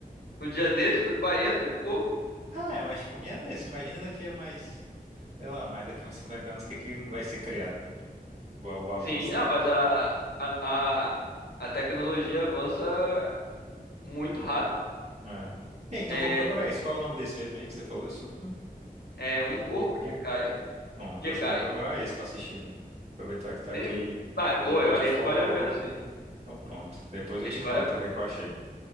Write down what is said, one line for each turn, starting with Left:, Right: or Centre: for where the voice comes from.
Left: No dia desse foi 40 e pouco.
Right: Ah, é, mas tipo, um dia desse. Imagina daqui a mais, sei lá, mais daqui a uns 50 anos o que que vai ser criado, né? O, o avanço,
Left: Sim, ah,
Right: né?
Left: mas a, a, a, a tecnologia avança muito rápido.
Right: É. Bem, Então
Left: É,
Right: vou procurar esse. Qual é o nome desse mesmo aí que você falou, esse último?
Left: é um
Right: O
Left: corpo
Right: Corpo.
Left: que cai,
Right: Pronto,
Left: que
Right: acho
Left: cai.
Right: que eu vou procurar esse pra assistir, amigo. Aproveitar que tá aqui.
Left: Sim, ah, é boa,
Right: Eu tô
Left: eu-
Right: de
Left: esse
Right: folga
Left: vale a
Right: hoje.
Left: pena sim.
Right: Então pronto. Depois eu
Left: Esse
Right: te falo
Left: vale
Right: então
Left: a pena.
Right: o que que eu achei.